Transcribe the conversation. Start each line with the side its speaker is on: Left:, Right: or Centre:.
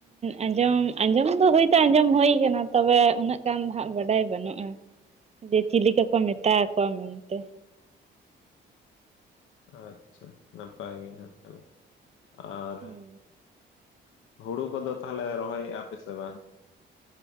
Right: ᱟᱸᱡᱚᱢ ᱟᱸᱡᱚᱢ ᱫᱚ ᱦᱚᱭᱛᱚ ᱟᱸᱡᱚᱢ ᱦᱩᱭ ᱟᱠᱟᱱᱟ ᱾ ᱛᱚᱵᱮ ᱩᱱᱟᱹᱜ ᱜᱟᱱ ᱫᱚ ᱦᱟᱸᱜ ᱵᱟᱰᱟᱭ ᱵᱟᱹᱱᱩᱜ-ᱟ, ᱡᱮ ᱪᱤᱞᱤ ᱠᱚᱠᱚ ᱢᱮᱛᱟᱠᱚᱣᱟ ᱢᱮᱱᱛᱮ?
Left: ᱟᱪᱪᱷᱟ, ᱱᱟᱯᱟᱭ ᱜᱮ ᱱᱟᱦᱟᱜ ᱛᱟᱦᱚᱞᱮ, ᱟᱨ
Right: ᱦᱮᱸ
Left: ᱦᱩᱲᱩ ᱠᱚᱫᱚ ᱛᱟᱦᱚᱞᱮ ᱨᱚᱦᱚᱭᱮᱜᱼᱟ ᱯᱮ ᱥᱮ ᱵᱟᱝ?